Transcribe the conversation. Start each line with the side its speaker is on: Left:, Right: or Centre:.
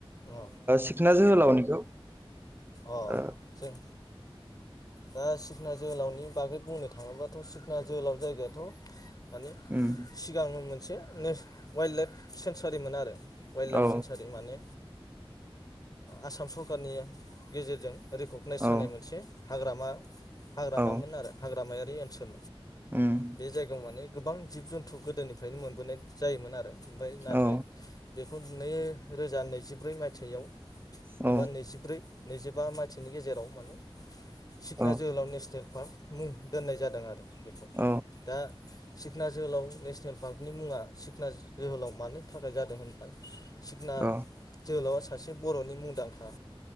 Left: अ
Right: सिखना जोहोलाव निखौ?
Left: अ
Right: ओ
Left: जों दा सिखना जोहोलावनि बागै बुंनो थाङोबाथ' सिखना जोहोलाव जायगायाथ' माने
Right: उम
Left: सिगांनो मोनसे नेस वाइल्ड लाइफ सेन्सारिमोन आरो वाइल्ड लाइफ
Right: औ
Left: सेन्सारि माने आसाम सरखारनि गेजेरजों रिकगनाइस
Right: औ
Left: जानाय मोनसे हाग्रामा हाग्रामामोन
Right: औ
Left: आरो हाग्रामाया बे ओनसोल
Right: उम
Left: बे जायगायाव माने गोबां जिब जुथु गोदोनिफ्रायनो मोनबोनाय जायोमोन आरो ओमफ्राय नाथाय
Right: औ
Left: बे नै रोजा नैजिब्रै मायथाइयाव
Right: औ
Left: एबा नैजिब्रै नैजिबा मायथनि गेजेराव माने सिखना
Right: औ
Left: जोहोलाव नेसनेल मुं दोननाय जादों आरो। बेखौ
Right: औ
Left: दा सिखना जोहोलाव नेसनेल पार्कनि मुङा सिखना जोहोलाव मानो थाखाय जादों होनब्ला सिखना
Right: औ
Left: जोहोलावा सासे बर'नि मुंदांखा